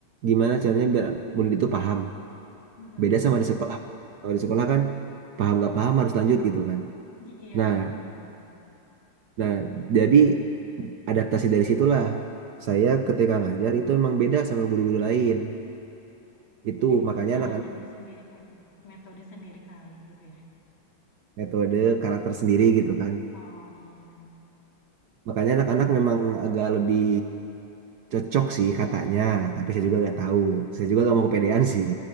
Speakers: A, on the right (about 60°); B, on the left (about 65°).
A: gimana caranya biar murid itu paham.
B: Mm-mm.
A: Beda sama di sekolah. Kalau di sekolah kan paham gak paham harus lanjut gitu kan.
B: <laughs> Iya
A: Nah,
B: betul betul.
A: nah jadi adaptasi dari situlah saya ketika ngajar itu emang beda sama guru-guru lain. Itu
B: Jadi punya
A: makanya anak-anak
B: ini sendiri kayak metode sendiri kali gitu ya.
A: metode karakter sendiri gitu kan.
B: Oh iya.
A: Makanya anak-anak memang agak lebih cocok sih katanya, tapi saya juga nggak tahu. Saya juga nggak mau kepedean sih.